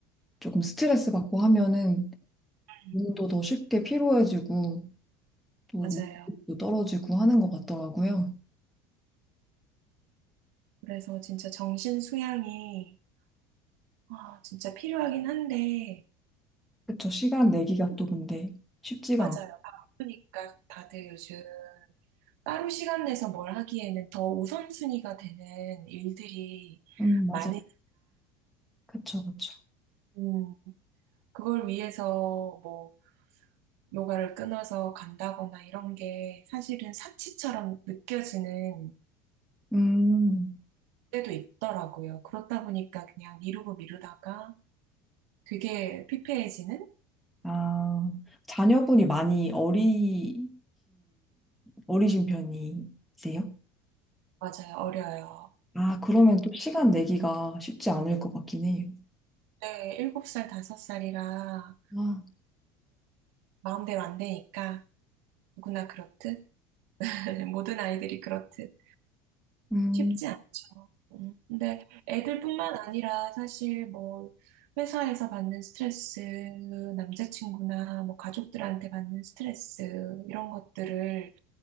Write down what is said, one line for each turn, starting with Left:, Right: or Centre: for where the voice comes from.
Centre: 조금 스트레스 받고 하면은
Right: 음,
Centre: 몸도 더 쉽게 피로해지고 또
Right: 맞아요.
Centre: 몸도 떨어지고 하는 것 같더라고요.
Right: 그래서 진짜 정신 수양이 아, 진짜 필요하긴 한데
Centre: 그쵸. 시간 내기가 또 근데 쉽지가
Right: 맞아요.
Centre: 않고.
Right: 바쁘니까 다들 요즘 따로 시간 내서 뭘 하기에는 더 우선순위가 되는 일들이
Centre: 음, 맞아요.
Right: 많은,
Centre: 그쵸, 그쵸.
Right: 음, 그걸 위해서 뭐, 요가를 끊어서 간다거나 이런 게 사실은 사치처럼 느껴지는
Centre: 음.
Right: 때도 있더라고요. 그렇다 보니까 그냥 미루고 미루다가 되게 피폐해지는?
Centre: 아, 자녀분이 많이 어리신, 어리신 편이세요?
Right: 맞아요. 어려요.
Centre: 아, 그러면 또 시간 내기가 쉽지 않을 것 같긴 해요.
Right: 네, 7살, 5살이라
Centre: 아,
Right: 마음대로 안 되니까 누구나 그렇듯, <laughs> 모든 아이들이 그렇듯.
Centre: 음,
Right: 쉽지 않죠. 음, 근데 애들뿐만 아니라 사실 뭐 회사에서 받는 스트레스, 남자친구나 뭐 가족들한테 받는 스트레스 이런 것들을